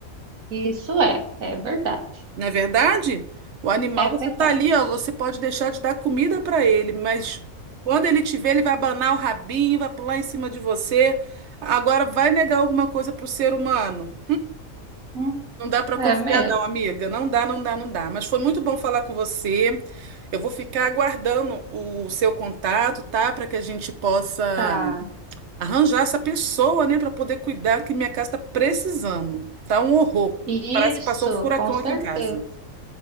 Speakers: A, on the right; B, on the right.
A: Isso é, é verdade,
B: Não é verdade? O animal,
A: é
B: você
A: verdade.
B: tá ali, ó, você pode deixar de dar comida para ele, mas quando ele te vê, ele vai abanar o rabinho, vai pular em cima de você. Agora, vai negar alguma coisa pro ser humano?
A: Hum,
B: Não dá para confiar,
A: é mesmo.
B: não, amiga. Não dá, não dá, não dá. Mas foi muito bom falar com você. Eu vou ficar aguardando o seu contato, tá? Para que a gente possa
A: Tá.
B: arranjar essa pessoa, né, para poder cuidar, que minha casa tá precisando. Tá um horror.
A: Isso,
B: Parece que passou um furacão
A: com certeza,
B: aqui em casa.